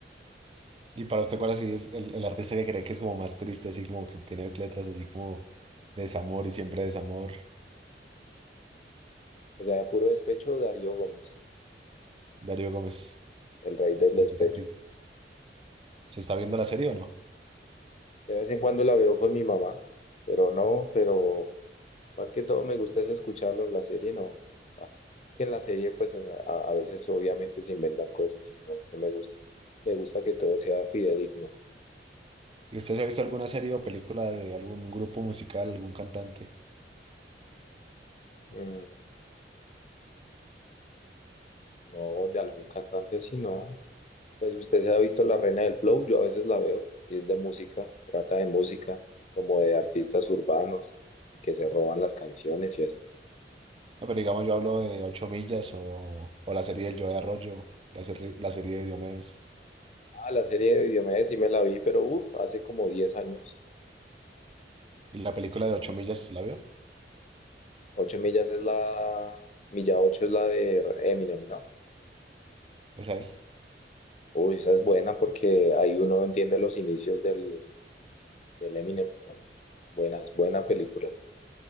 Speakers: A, on the right; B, on the left.
A: Y para usted, ¿cuál así es el, el artista que cree que es como más triste, así como que tiene letras así como de desamor y siempre desamor?
B: O sea, de puro despecho, Darío Gómez,
A: Darío Gómez,
B: el rey del
A: excelente
B: despecho.
A: artista. ¿Se está viendo la serie o no?
B: De vez en cuando la veo con mi mamá, pero no, pero más que todo me gusta es escucharlo en la serie, no. Ah, es que en la serie, pues eh, a, a veces obviamente se inventan cosas y no, no me gusta. Me gusta que todo sea fidedigno.
A: ¿Y usted se ha visto alguna serie o película de algún grupo musical, algún cantante?
B: Mm, no, de algún cantante así, no. Pues usted se ha visto La Reina del Flow, yo a veces la veo y es de música, trata de música, como de artistas urbanos y que se roban las canciones y así.
A: Ah, pero digamos, yo hablo de Ocho Millas o, o la serie del Joe de Arroyo, la, serie- la serie de Diomedes.
B: Ah, la serie de Diomedes sí me la vi, pero uff, hace como diez años.
A: ¿Y la película de Ocho Millas la vio?
B: Ocho millas es la, milla Ocho es la de Eminem, ¿no?
A: Esa es.
B: Uy, esa es buena porque ahí uno entiende los inicios del, del Eminem. Buena, es buena película.